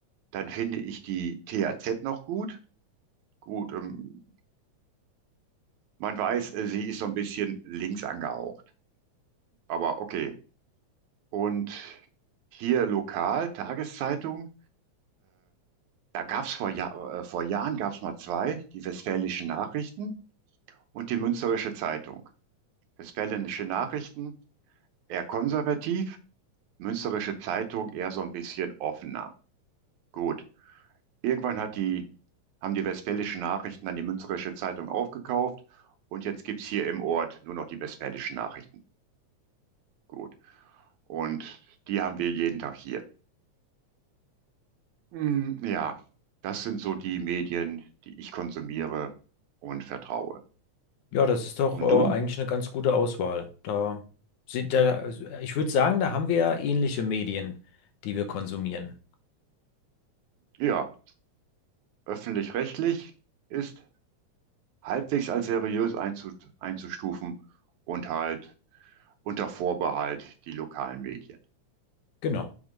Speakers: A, on the right (about 80°); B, on the left (about 80°).
A: dann finde ich die THZ noch gut. Gut, ähm, man weiß, äh, sie ist so ein bisschen links angehaucht, aber okay. Und hier lokal, Tageszeitung, da gab es vor, Jahr- äh, vor Jahren gab es mal zwei, die Westfälischen Nachrichten und die Münsterische Zeitung. Westfälische Nachrichten eher konservativ, Münsterische Zeitung eher so ein bisschen offener. Gut. Irgendwann hat die, haben die Westfälischen Nachrichten dann die Münsterische Zeitung aufgekauft und jetzt gibt's hier im Ort nur noch die Westfälischen Nachrichten. Gut. Und die haben wir jeden Tag hier. Mm, Ja, das sind so die Medien, die ich konsumiere und vertraue.
B: Ja, das ist doch
A: Und
B: äh,
A: du?
B: eigentlich eine ganz gute Auswahl. Da sind da, äh, ich würde sagen, da haben wir ähnliche Medien, die wir konsumieren.
A: Ja, öffentlich-rechtlich ist halbwegs als seriös einzu einzustufen und halt unter Vorbehalt die lokalen Medien.
B: Genau.